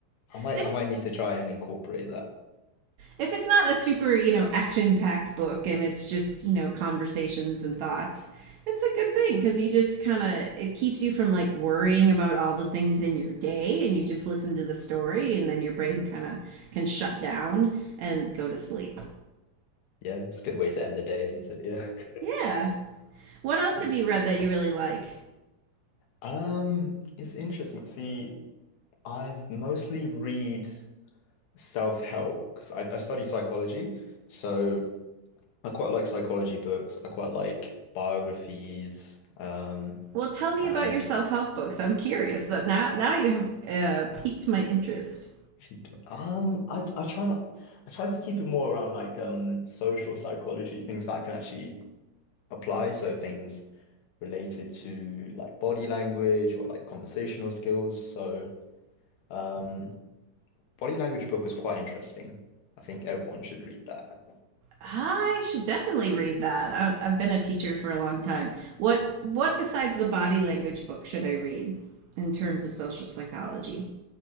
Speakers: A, on the left; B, on the right.
A: I might
B: It's
A: I might need to try and incorporate that.
B: if it's not a super, you know, action-packed book and it's just, you know, conversations and thoughts, it's a good thing because you just kind of it keeps you from like worrying about all the things in your day and you just listen to the story and then your brain kind of can shut down and go to sleep.
A: Yeah, it's a good way to end the day, isn't it? Yeah.
B: Yeah.
A: <laughs>
B: What else
A: Cool.
B: have you read that you really like?
A: Um, it's interesting. See, I've mostly read self-help because I, I study psychology, so I quite like psychology books. I quite like biographies, um,
B: Well, tell me
A: and
B: about your self-help books. I'm curious that now now you have uh, piqued my interest.
A: if you do- um, I I try not I try to keep it more around like um social psychology, things that I can actually apply. So things related to like body language or like conversational skills. So um, body language book was quite interesting. I think everyone should read that.
B: I should definitely read that. I, I've been a teacher for a long time. What what besides the body language book should I read in terms of social psychology?